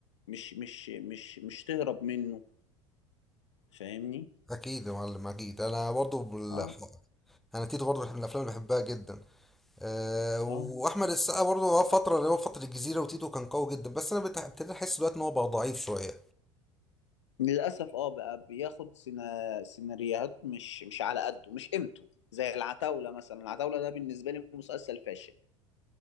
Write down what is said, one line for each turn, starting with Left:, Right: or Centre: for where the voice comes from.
Left: مش مش مش مش تهرب منه فاهمني
Centre: اكيد يا معلم اكيد انا برضو بال...
Left: اه
Centre: انا تيتو برضه بحب- من الافلام اللي بحبها جدا أه واحمد
Left: اه
Centre: السقا برضه هو فتره اللي هو فتره الجزيره وتيتو كان قوي جدا بس انا بت- ابتديت احس دلوقتي ان هو بقى ضعيف شويه
Left: للأسف اه بقى بياخد سينا... سيناريوهات مش مش على قده مش قيمته زي العتاولة مثلا العتاولة ده بالنسبة لي مسلسل فاشل